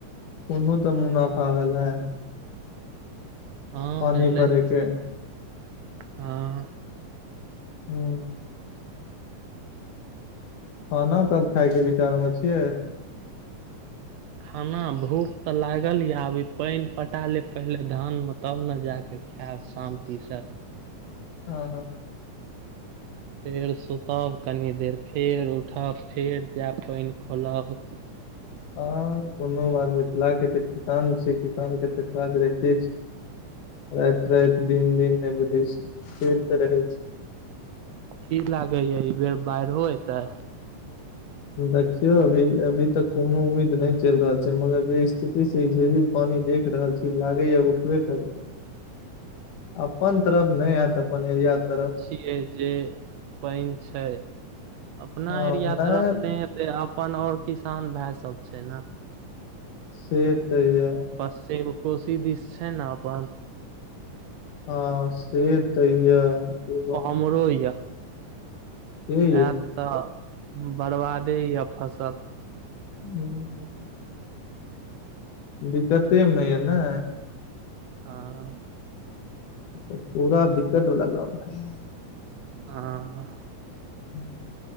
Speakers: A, on the left (about 75°); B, on the right (about 80°).
A: कुनू तऽ मुनाफा भेलै।
B: हँ
A: पानी
B: भैलेइ
A: पड़े के
B: हँ
A: हम्म खाना कब खाय के विचार में छियै।
B: खाना भूख तऽ लागल या अभी पानि पटा ले पहिले धान में तब ने जा के खायब शान्तिसँ।
A: हँ।
B: फेर सुतब कनि देर फेर उठब फेर जायब पैन खोलब।
A: हाँ कोनो बात मिथिला के तऽ किसान छैय किसान के तऽ काज रहिते छैय। राति राति दिन दिन नहि बुझै छैय खेत तऽ रहै छैय।
B: की लागे य ई बेर बाढ़ि एतै।
A: देखियौ अभी अभी तऽ कोनो उम्मीद नहि चैल रहल छैय मगर जे स्थिति से पानि देख रहल छी लागैए उठबे करतै। अपन तरफ नहि ऐत अपन एरिया तरफ।
B: ई यै जे पैन छैय अपना
A: हँ
B: एरिया
A: नहि
B: तरफ ने से अपन और किसान भाय सब छैय ने।
A: से तै ये।
B: पश्चिम कोशी दिस छैय नै अपन।
A: हाँ से तऽ यै जे
B: उम्हरो यै
A: से ये
B: एत तऽ बरबादे ये फसल।
A: <unintelligible> दिक्कतेमे यऽ ने।
B: हाँ।
A: तऽ पुरा दिक्कत वाला गप्प भेल।
B: हाँ।
A: हूँ